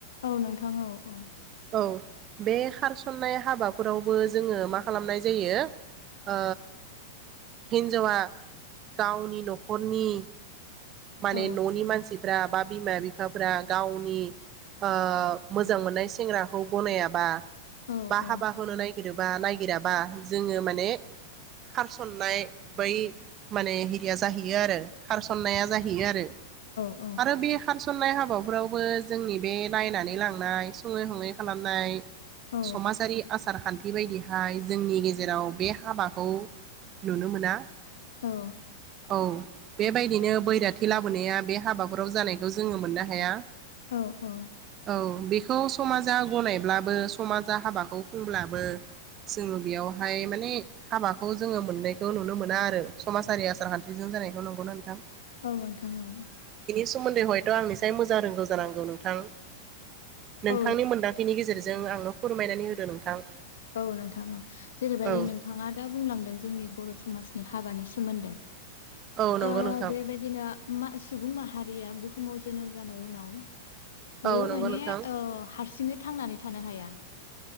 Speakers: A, on the left; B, on the right.
A: औ नोंथां औ औ।
B: औ बे खारसन्नाय हाबाफोरावबो जोङो मा खालामनाय जायो ओ हिनजावा गावनि न'खरनि माने
A: औ
B: न'नि मानसि फोर बा बिमा बिफाफ्रा गावनि ओ मोजां मोननाय सेंग्राखौ गनायाबा
A: औ
B: बा
A: औ
B: हाबा होनो नागिरोबा नायागिराबा जोङो माने खारसननाय बै माने हिरिया जाहैयो आरो। खारसन्नाया जाहैयो आरो।
A: औ
B: आरो बे गायसन्नाय खारसननाय हाबाफोरावबो जोंनि बे नायनानै लांनाय सङै सङै खालामनाय
A: औ
B: समाजारि आसार आसारखान्थि बायदिहाय जोंनि गेजेराव बे हाबाखौ नुनो मोना।
A: नोंथां औ
B: औ बेबायदिनो बैराथि लाबोनाया बे हाबाफोराव जानायखौ जोङो मोननो हाया।
A: औ औ।
B: औ बेखौ समाजा गनायब्लाबो समाजा हाबाखौ बुंब्लाबो जोङो बेयावहाय माने हाबाखौ जोङो मोननायखौ नुनो मोना आरो। समाजारि आसारखान्थिजों जानायखौ नंगौना नोंथां?
A: औ नोंथां औ।
B: सोमोन्दैयथ' आंनिसाय मोजां रोंगौ जानांगौ नोंथां?
A: औ
B: नोंथांनि मोनदांथिनि गेजेरजों जों आंनो फोरमायनानै होदो नोंथां।
A: औ नोंथां औ जेरैबायदि
B: औ
A: नोंथांङा दा बुंलांदों जोंनि बर' समाज हाबानि सोमोन्दै
B: औ नंगौ
A: ओ
B: नोंथां
A: बेबायदिनो सुबुं माहारिया बु बुहुमाव जोनोम जानाय उनाव बेयो
B: औ नंगौ
A: माने
B: नोंथां
A: ओ हारसिङै थांनानै थानो हाया।